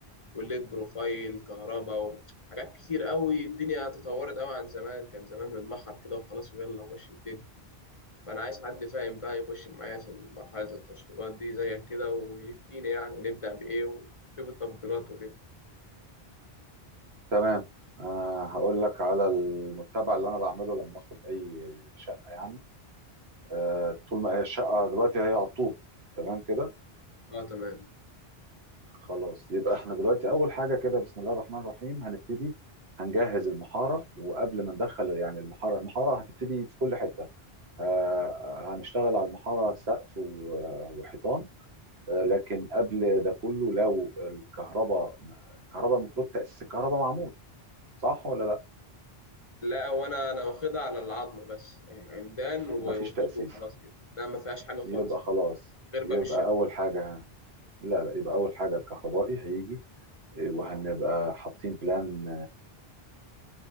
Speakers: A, on the left; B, on the right.
A: والليد بروفايل كهرباء وحاجات كتير أوي الدنيا تطورت أوي عن زمان كان زمان بنمحر كده وخلاص ويلا ومشي الدنيا فأنا عايز حد فاهم بقى يخش معايا في مرحلة التشطيبات دي زيك كده ويفتيني يعني نبدأ بإيه ونشوف التفضيلات وكده
B: تمام أه هقول لك على المتبع اللي انا بعمله لما اخد اي شقه يعني أه طول ما هي الشقه دلوقتي هي على الطوب تمام كده
A: اه تمام
B: خلاص يبقى احنا دلوقتي اول حاجه كده بسم الله الرحمن الرحيم هنبتدي هنجهز المحاره وقبل ما ندخل يعني المحاره المحاره هتبتدي في كل حته أه هنشتغل على المحاره سقف و- وحيطان أه لكن قبل ده كله لو الكهرباء الكهرباء المفروض تاسيس الكهرباء معمول صح ولا لا
A: لا وانا انا واخدها على العظمه بس يعني عمدان و-
B: مفيش
A: وطوب
B: تاسيس
A: وخلاص كده لا ما فيهاش حاجه خالص
B: يبقى خلاص
A: غير
B: يبقى
A: باب الشقه
B: أول حاجة لا لا يبقى أول حاجة الكهربائي هيجي وهنبقى حاطين بلان